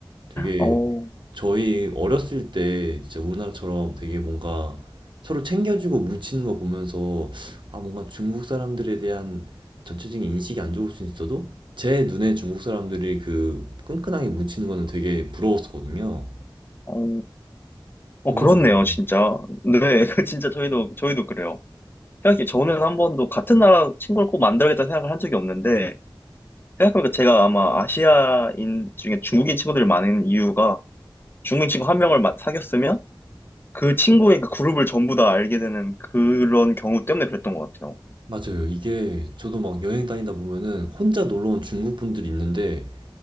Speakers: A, on the right; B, on the left.
A: 되게
B: 어,
A: 저희 어렸을 때 진짜 우리나라처럼 되게 뭔가 서로 챙겨주고 뭉치는 거 보면서 아 뭔가 중국 사람들에 대한 전체적인 인식이 안 좋을 수 있어도 제 눈에 중국 사람들이 그 끈끈하게 뭉치는 거는 되게 부러웠었거든요.
B: 어, 어,
A: 거기도
B: 그렇네요,
A: 그런
B: 진짜. 네, <laughs> 진짜 저희도, 저희도 그래요. 생각해, 저는 한 번도 같은 나라 친구를 꼭 만들겠다 생각을 한 적이 없는데, 생각해보니까 제가 아마 아시아인 중에 중국인 친구들이 많은 이유가 중국인 친구 한 명을 마- 사귀었으면 그 친구의 그 그룹을 전부 다 알게 되는 그런 경우 때문에 그랬던 것 같아요.
A: 맞아요. 이게 저도 막 여행 다니다 보면은 혼자 놀러 온 중국 분들이 있는데